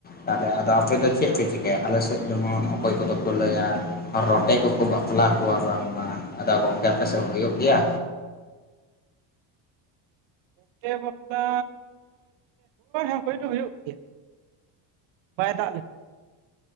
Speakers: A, on the left; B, on the right.
A: ᱛᱟᱦᱚᱞᱮ ᱟᱫᱚ ᱟᱯᱮ ᱫᱚ ᱪᱮᱫ ᱯᱮ ᱪᱮᱤᱠᱟᱹᱭᱟ ᱟᱞᱮ ᱥᱮᱜ ᱡᱮᱢᱚᱱ ᱚᱠᱚᱭ ᱠᱚᱫᱚ ᱠᱚ ᱞᱟᱹᱭᱟ? ᱨᱚᱴᱮ ᱠᱚᱠᱚ ᱵᱟᱯᱞᱟ ᱠᱚᱣᱟ ᱵᱟᱝᱢᱟ ᱟᱫᱚ ᱜᱚᱝᱠᱮ ᱟᱯᱮᱥᱮᱜ ᱦᱳᱭᱩᱜ ᱜᱮᱭᱟ?
B: ᱨᱚᱴᱮ ᱵᱟᱯᱞᱟ <inaudible> ᱦᱩᱭᱫᱚ ᱦᱩᱭᱩᱜ ᱜᱮᱭᱟ ᱵᱟᱭ ᱫᱟᱜ ᱞᱮᱠᱷᱟᱱ,